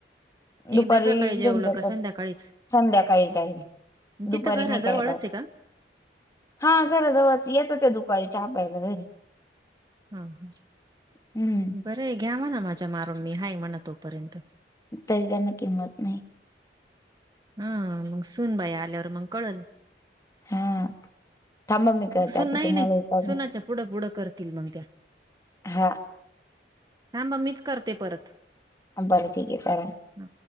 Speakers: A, on the left; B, on the right.
A: दुपारी
B: एकदा सकाळी जेवलं
A: तीन चार
B: का
A: तास
B: संध्याकाळीच?
A: संध्याकाळीच
B: तिथं
A: दुपारी
B: घराजवळच
A: नाही काय राहत
B: आहे का?
A: हा खरं जवळच येतं त्या दुपारी चहापाहाला घरी
B: हा हा
A: हम्म
B: बरं घ्या म्हणा माझ्या मारून मी हाय म्हणा तोपर्यंत
A: तरी त्यांना किंमत नाही.
B: हा मग सून बाई आल्यावर मग कळलं
A: हा थांबा मी करते
B: मग सुन
A: आता
B: नाही
A: तुम्हाला
B: नाही
A: एक
B: सुनाच्या पुढं पुढं करतील मग त्या.
A: हा
B: थांबा मीच करते परत
A: बरं ठीक आहे करा
B: हा